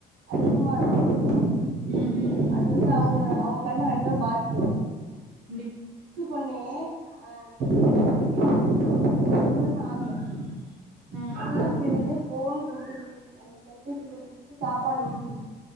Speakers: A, on the right (about 75°); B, on the right (about 60°).
A: அதிகமா இருக்கு அவங்களுக்கு
B: ம், ம்.
A: அது வந்து அவங்க அவங்க கண்ண கண்டிப்பா பாதி
B: கண்டிப்பா
A: பண்ணே ஆ <inaudible> வேல செஞ்சு கூட நா ஆகல சின்ன
B: ஆ,
A: பிள்ளைங்க வந்து ஃபோன் குடுத்து குடுத்து அந்த கைபேசி குடுத்து குடுத்து சாப்பாடு ஊட்டி